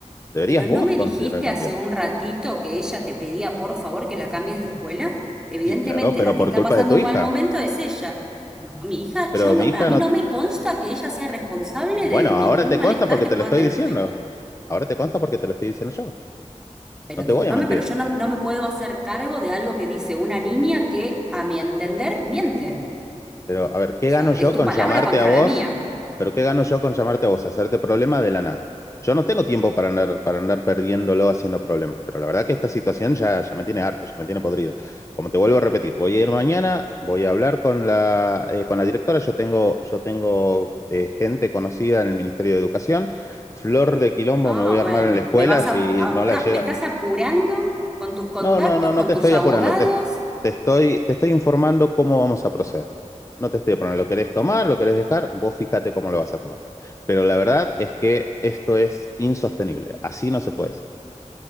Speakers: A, on the left (about 25°); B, in the centre.
A: Deberías
B: Pero ¿no
A: vos
B: me
A: considerar
B: dijiste
A: cambiarla.
B: hace un ratito que ella te pedía por favor que la cambies de escuela? Evidentemente,
A: Y claro, pero
B: la que
A: por
B: está
A: culpa
B: pasando
A: de tu
B: un
A: hija.
B: mal momento es ella. No, mi hija,
A: Pero
B: yo no-
A: mi hija
B: a mí
A: no...
B: no me consta que ella sea responsable
A: Bueno,
B: de
A: ahora
B: ningún
A: te
B: malestar
A: consta porque
B: que
A: te
B: pueda
A: lo estoy
B: tener
A: diciendo.
B: tu hija.
A: Ahora te consta porque te lo estoy diciendo yo.
B: Pero
A: No te
B: discúlpame,
A: voy a mentir.
B: pero yo no, no me puedo hacer cargo de algo que dice una niña que, a mi entender, miente.
A: Pero, a ver, ¿qué
B: O sea,
A: gano yo
B: es tu
A: con
B: palabra
A: llamarte
B: contra
A: a vos?
B: la mía.
A: Pero ¿qué gano yo con llamarte a vos? Hacerte problemas de la nada. Yo no tengo tiempo para andar, para andar perdiéndolo haciendo problemas, pero la verdad que esta situación ya, ya me tiene harto, ya me tiene podrido. Como te vuelvo a repetir, voy a ir mañana, voy a hablar con la, eh, con la directora, yo tengo, yo tengo eh, gente conocida en el Ministerio de Educación, flor de quilombo
B: Ah,
A: me voy
B: bueno,
A: a armar en la escuela,
B: me vas
A: si
B: a, ahora
A: no la llegan,
B: me estás apurando con tus contactos,
A: no, no, no, no
B: con
A: te
B: tus
A: estoy
B: abogados.
A: apurando, te, te estoy, te estoy informando cómo vamos a proceder. No te estoy apurando, lo querés tomar, lo querés dejar, vos fíjate cómo lo vas a tomar. Pero la verdad es que esto es insostenible, así no se puede seguir.